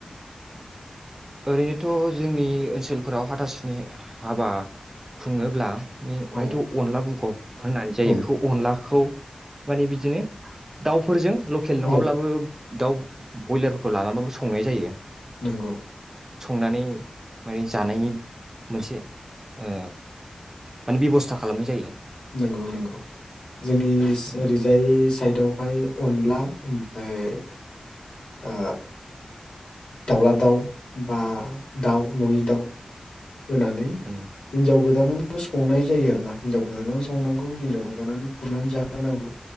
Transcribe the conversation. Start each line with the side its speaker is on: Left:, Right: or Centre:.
Right: ओरैनोथ' जोंनि ओनसोलफोराव हाथासुनि हाबा खुङोब्ला अहायथ'
Left: औ
Right: अनला बुगब होननाय जायो
Left: औ
Right: बेखौ अनलाखौ माने बिदिनो दाउफोरजों लकेल
Left: औ
Right: नङाब्लाबो दाउ बयलारफोरखौ लानानैबाबो संनाय जायो
Left: नंगौ
Right: नानै माने जानायनि मोनसे ओ माने बेब'स्था खालामनाय जायो
Left: नंगौ नंगौ जोंनिस
Right: उम
Left: ओरैजाय साइदावहाय अनला ओमफाय ओ दाउला दाउ बा दाउ ननि दाउ होनानै
Right: उम
Left: हिनजाव गोदानानो संनाय जायो आरोना हिनजाव गोदानानो संनांगौ हिनजाव गोदानानो खुरनानै जाहोनांगौ